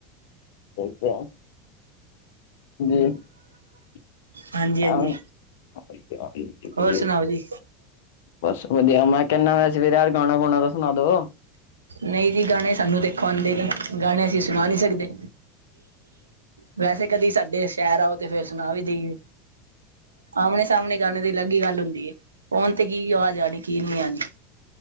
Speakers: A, on the left (about 65°); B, on the right (about 85°).
A: ਠੀਕ ਐ। ਜੀ
B: ਹਾਂਜੀ
A: <unintelligible>
B: ਹਾਂਜੀ ਹੋਰ ਸੁਣਾਓ ਜੀ
A: ਬਸ ਵਧੀਆ ਮੈਂ ਕਹਿਣਾ ਪਏ ਸੀ ਯਾਰ ਗਾਣਾ ਗੁਣਾ ਤਾਂ ਸੁਣਾ ਦੋ।
B: ਨਈ ਜੀ, ਗਾਣੇ ਸਾਨੂੰ ਦੇਖੋ ਆਂਦੇ ਨੀ ਗਾਣੇ ਅਸੀਂ ਸੁਣਾ ਨੀ ਸਕਦੇ। ਵੈਸੇ ਕਦੀ ਸਾਡੇ ਸ਼ਹਿਰ ਆਓ ਤੇ ਫੇਰ ਸੁਣਾ ਵੀ ਦਈਏ ਆਮਣੇ ਸਾਹਮਣੇ ਗਾਣੇ ਦੀ, ਅਲੱਗ ਈ ਗੱਲ ਹੁੰਦੀ ਐ ਫੋਨ ਤੇ ਕੀ ਆਵਾਜ਼ ਆਨੀ ਕੀ ਨੀ ਆਨੀ।